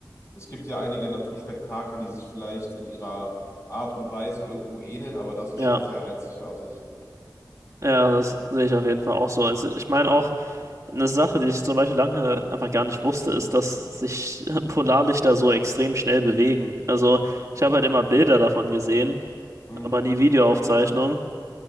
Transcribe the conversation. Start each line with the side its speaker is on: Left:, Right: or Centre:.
Left: Es gibt ja einige Naturspektakel, die sich vielleicht in ihrer Art und Weise irgendwo ähneln, aber das ist
Right: Ja,
Left: schon sehr einzigartig.
Right: ja, das sehe ich auf jeden Fall auch so. Es, ich meine auch. Eine Sache, die ich zum Beispiel lange einfach gar nicht wusste, ist, dass sich <laughs> Polarlichter so extrem schnell bewegen. Also ich habe halt immer Bilder davon gesehen,
Left: Mhm.
Right: aber nie Videoaufzeichnungen.